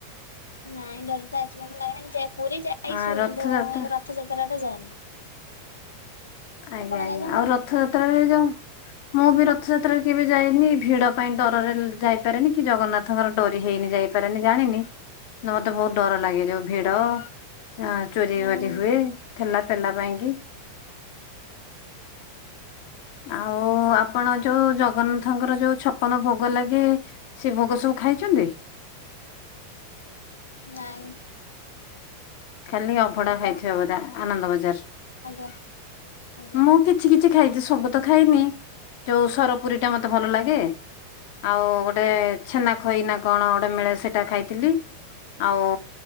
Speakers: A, on the left; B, on the left.
A: ନାଇଁ ଡର ତ ଆଜି ପର୍ଯ୍ୟନ୍ତ ଲାଗେନା କିନ୍ତୁ ସେ ପୁରୀ ଯାଇଛୁ
B: ଆ ରଥଯାତ୍ରା
A: କିନ୍ତୁ ଏ ରଥଯାତ୍ରା ରେ ଯାଏନ।
B: ଆଜ୍ଞା ଆଜ୍ଞା
A: ଯାଇଛନ୍ତି?
B: ଆଉ ରଥଯାତ୍ରା ରେ ଯଉ ମୁଁ ବି ରଥଯାତ୍ରାରେ କେବେ ଯାଇନି ଭିଡ ପାଇଁ ଡରରେ ଉଁ ଯାଇପାରେନି କି ଜଗନ୍ନାଥଙ୍କର ଡୋରି ହେଇନି ଯାଇପାରେନି ଜାଣିନି। <unintelligible> ବହୁତ ଡର ଲାଗେ ଯୋଉ ଭିଡ ଆଁ ଚୋରି
A: ହୁଁ
B: ବାରି ହୁଏ। ଠେଲା ପେଲା ପାଇଁ କିି। ଆଉ ଆପଣ ଯୋଉ ଜଗନ୍ନାଥଙ୍କର ଯୋଉ ଛପନ ଭୋଗ ଲାଗେ ସେ ଭୋଗ ସବୁ ଖାଇଚନ୍ତି?
A: ନାଇଁ।
B: ଖାଲି ଅଭଡା
A: ଆପଣ?
B: ଖାଇଥିବେ ବୋଧେ ଆନନ୍ଦ ବଜାର
A: ଆଜ୍ଞା ଆଜ୍ଞା
B: କିଛି କିଛି ଖାଇଚି ସବୁ ତ ଖାଇନି ଯୋଉ ସରପୁରୀ ଟା ମତେ ଭଲ ଲାଗେ। ଆଉ ଗୋଟେ ଛେନା ଖଇ ନା କଣ ଗୋଟେ ମିଳେ ସେଟା ଖାଇଥିଲି ଆଉ